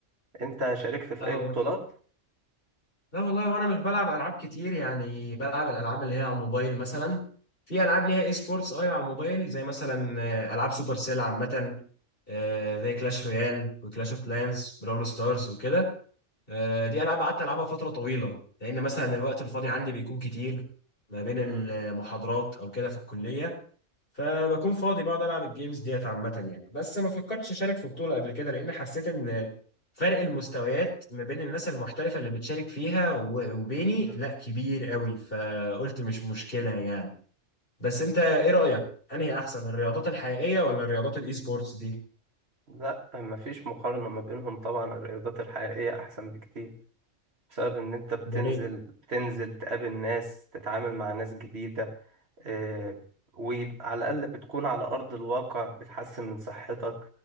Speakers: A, on the right; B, on the left.
A: انت شاركت في
B: اه
A: اي بطولات
B: لا والله وانا مش بلعب العاب كتير يعني بلعب الالعاب اللي هي على الموبايل مثلا في العاب ليها اي سبورتس ايوه على الموبايل زي مثلا آه، العاب سوبر سيل عامه آه، زي كلاش رويال وكلاش اوف كلانس براول ستارز وكده آه، دي العاب قعدت العبها فتره طويله لان مثلا الوقت الفاضي عندي بيكون كتير ما بين
A: مم.
B: المحاضرات او كده في الكليه فبكون فاضي بقعد العب الجيمز ديت عامه يعني بس ما فكرتش اشارك في بطوله قبل كده لان حسيت ان فرق المستويات ما بين الناس المحترفه اللي بتشارك فيها و- وبيني
A: مم.
B: لا كبير قوي فقلت مش مشكله يعني بس انت ايه رايك انهي احسن الرياضات الحقيقيه ولا رياضات الاي سبورتس دي
A: لا مفيش مقارنه ما بينهم طبعا الرياضات الحقيقيه احسن بكتير بسبب ان انت بتنزل
B: ده ليه
A: بتنزل تقابل ناس تتعامل مع ناس جديده آه، وعلى الأقل بتكون على أرض الواقع بتحسن من صحتك